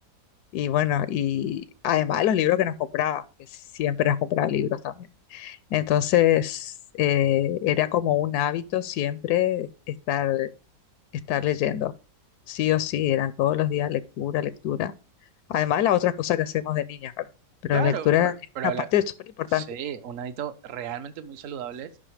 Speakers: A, on the left; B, on the right.
A: Y bueno, y además de los libros que nos compraba, que siempre nos compraba libros también. Entonces eh, era como un hábito siempre estar estar leyendo. Sí o sí, eran todos los días lectura, lectura. Además, las otras cosas que hacemos de niñas, ¿verdad? Pero
B: claro,
A: la lectura
B: pero,
A: es
B: pero
A: una parte
B: la-
A: súper importante,
B: sí, un hábito realmente muy saludable.